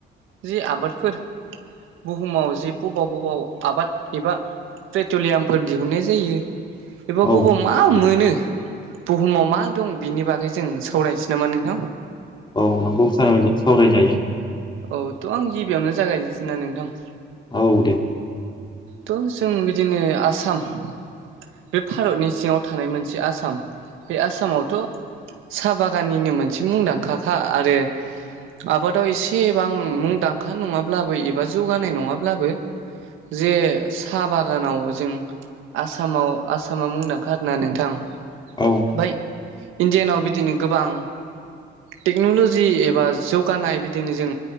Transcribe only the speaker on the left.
औ
औ नोंखौ सावरायजायो
औ दे
औ